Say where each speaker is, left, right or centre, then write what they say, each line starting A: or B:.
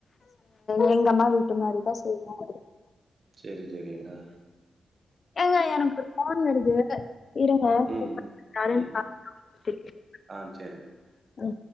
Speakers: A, on the left (about 50°); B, on the right (about 50°).
A: <inaudible> எங்க அம்மா வீட்டு மாரிதா செய்வே அப்படி
B: சேரி சேரி ஆ
A: எங்க எனக்கு ஒரு ஃபோன் வருது இருங்க
B: ம்
A: கூப்புட்ற யாருன்னு
B: ம்
A: பாத்துட்டு திருப்பியு
B: ஆ சேரி
A: ம்